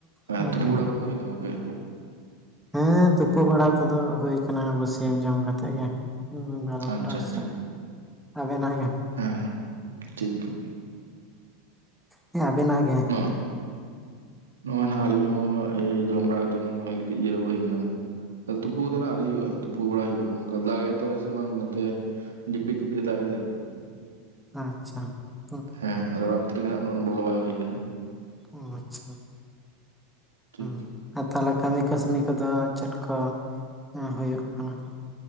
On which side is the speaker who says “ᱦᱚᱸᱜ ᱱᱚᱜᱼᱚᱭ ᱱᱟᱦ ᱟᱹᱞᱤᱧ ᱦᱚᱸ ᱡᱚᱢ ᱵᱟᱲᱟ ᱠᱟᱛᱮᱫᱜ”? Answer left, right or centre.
Right